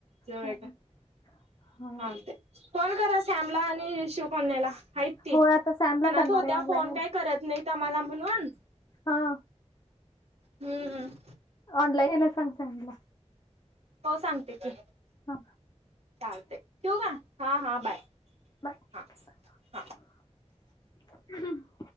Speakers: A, on the right; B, on the left.
A: जाऊया
B: चालेल
A: की चालतंय.
B: हा
A: फोन करा शामला आणि शिवकन्याला. हातत ती.
B: हो आता सॅमला
A: म्हणत
B: करणार
A: होत्या
B: आहे ऑनलाईन
A: फोन काही करत नाहीत आम्हाला म्हणून.
B: हा.
A: हम्म.
B: ऑनलाईन यायला सांग त्यानला.
A: हो सांगते की.
B: हा
A: चालतय ठेऊ काय मग? हा, हा बाय
B: बाय
A: हा.
B: <inaudible>
A: हा